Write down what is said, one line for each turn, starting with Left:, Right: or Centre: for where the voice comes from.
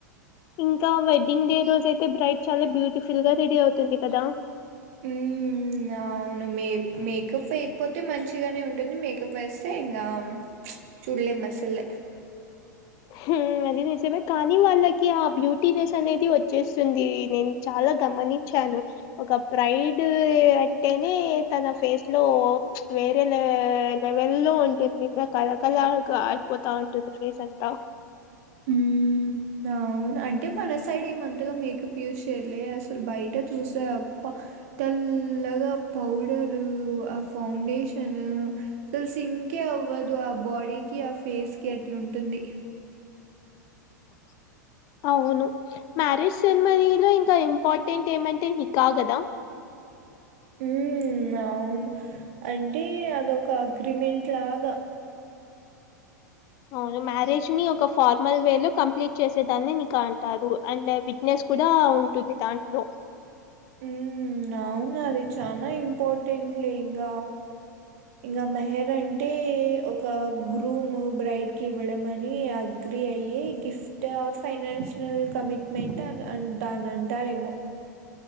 Left: ఇంకా వెడ్డింగ్ డే రోజు అయితే బ్రైట్ చాలా బ్యూటిఫుల్ గా రెడీ అవుతుంది కదా
Right: మ్మ్ హు అవును మే మేకప్ వేయకపోతే మంచిగానే ఉంటుంది మేకప్ వేస్తే ఇంగ చుళ్లెం అసల్
Left: మ్ అది నిజమే కానీ వాళ్ళకి ఆ బ్యూటీనెస్ అనేది వచ్చేస్తుంది నేను చాలా గమనించాను ఒక ప్రైడ్ అంటేనే తన ఫేస్ లో వేరేల్ లెవెల్లో ఉంటుంది ఇంకా కల కలడి పోతా ఉంటుంది ఫేస్ అంతా <inaudible>
Right: హ్మ్. అవును అంటే మన సైడ్ ఏమంతగా మేకప్ యూస్ వెలే అసలు బయట చూస్తే అబ్బ తెల్లగా పౌడరు ఆ ఫౌండేషన్ అసలు సింకే అవ్వదు ఆ బాడీకిి ఆ ఫేస్ కి అట్లా ఉంటుంది
Left: <inaudible> అవును మ్యారేజ్ సెరమనీ లో ఇంకా ఇంపార్టెంట్ ఏమంటే నిక్క కదా
Right: మ్ అవును అంటే అదొక అగ్రిమెంట్ లాగా
Left: అవును మ్యారేజ్ ని ఒక ఫార్మల్ వే లో కంప్లీట్ చేసేదాన్ని నీకు అంటారు అండ్ నెస్ కూడా ఉంటుంది దాంట్లో
Right: మ్ అవును అది చనా ఇంపార్టెంట్ లే ఇంగ ఇంకా మెహర్ అంటే ఒక గ్రూమ్ బ్రైట్ కి ఇవ్వడం అని ఆ. గ్రీయ్యి గిఫ్ట్ ఆర్ ఫైనాన్షియల్ కమిట్మెంట్ అ దాని అంటారేమో.